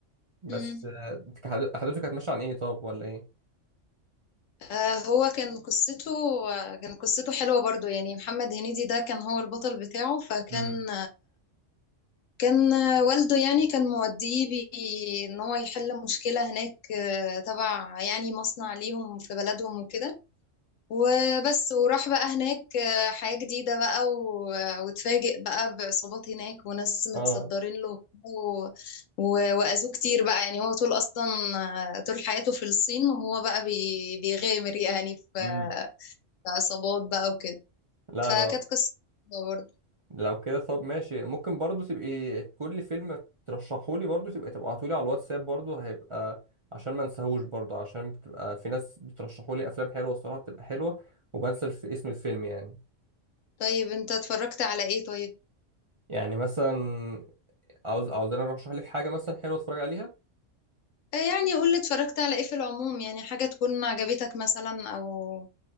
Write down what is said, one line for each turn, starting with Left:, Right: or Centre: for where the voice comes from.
Right: بس
Left: مم.
Right: آه، كحد- احداثه كانت ماشيه عن ايه طب ولا ايه
Left: آه، هو كان قصته آه، كان قصته حلوة برضو يعني محمد هنيدي ده كان هو البطل بتاعه فكان
Right: امم
Left: كان والده يعني كان موديه بي- ان هو يحل مشكلة هناك آه، تبع يعني مصنع ليهم في بلدهم وكده وبس وراح بقى هناك آه، حياة جديدة بقى و- واتفاجئ بقى بعصابات هناك وناس
Right: اه
Left: متصدرين له و- و- وأذوه كتير بقى يعني هو طول أصلا آه، طول حياته في الصين وهو بقى بي- بيغامر يعني في
Right: امم
Left: في عصابات بقى وكده
Right: لا
Left: فكانت
Right: لا
Left: قصة برضه
Right: لو كده طب ماشي ممكن برضو تبقي كل فيلم ترشحولي برضو تبقي تبعتولي على الواتساب برضو هيبقى عشان ما انساهوش برضو عشان بتبقى في ناس بترشحولي افلام حلوه الصراحه بتبقى حلوه وبنسى في اسم الفيلم يعني
Left: طيب انت اتفرجت على ايه طيب
Right: يعني مثلا عاوز عاوز انا ارشح لك حاجه مثلا حلوه اتفرج عليها
Left: آه، يعني قول لي اتفرجت على ايه في العموم يعني حاجة تكون عجبتك مثلا او